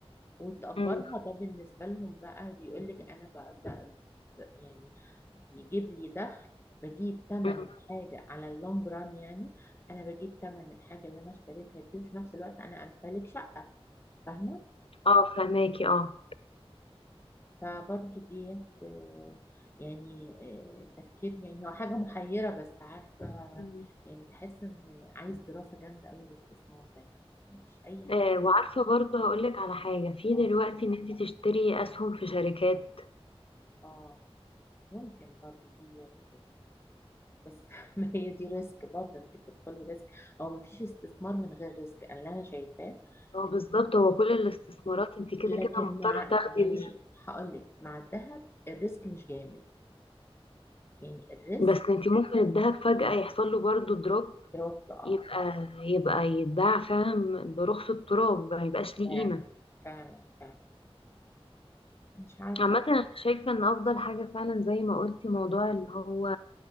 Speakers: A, on the left; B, on the left.
A: وتأجرها
B: امم
A: ده بالنسبة لهم بقى بيقول لك أنا بقى, بقى بقى- يعني بيجيب لي دخل بجيب تمن
B: أمم.
A: الحاجة على اللونج ران يعني أنا بجيب تمن الحاجة اللي أنا اشتريتها دي وفي نفس الوقت أنا أمتلك شقة فاهمة؟
B: اه فهماكي اه
A: فبرضو ديت آه، يعني آه، تفكير يعني هو حاجة محيرة بس عارفة
B: مم.
A: يعني بحس إن عايز دراسة جامدة أوي الاستثمار ده يعني مش أي حد
B: آه، وعارفة
A: يقول-
B: برضو هقولك على حاجة في
A: اه
B: دلوقتي ان انت تشتري اسهم في شركات
A: اه ممكن برضو ديت بس <laughs> ما هي دي ريسك برضه انت بتدخلي ريسك هو ما فيش استثمار من غير ريسك انا اللي انا شايفاه
B: هو
A: إن-
B: بالظبط هو كل الاستثمارات انت كده كده
A: لكن
B: مضطرة
A: مع
B: تاخدي
A: يعني
B: ريسك
A: هقول لك مع الذهب الريسك مش جامد يعني الريسك
B: بس انت ممكن الذهب فجأة يحصل له برضو دروب
A: دروبت اه
B: يبقى يبقى يتباع فعلا برخص التراب ما يبقاش ليه
A: فعلا
B: قيمة
A: فعلا فعلا مش عارفه
B: عامة أنا شايفة إن أفضل حاجة فعلا زي ما قلتي موضوع اللي هو